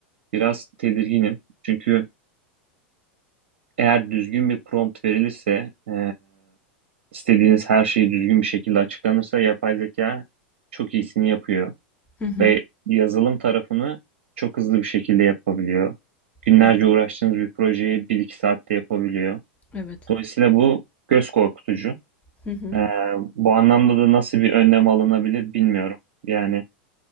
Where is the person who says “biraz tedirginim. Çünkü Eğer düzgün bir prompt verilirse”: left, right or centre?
Right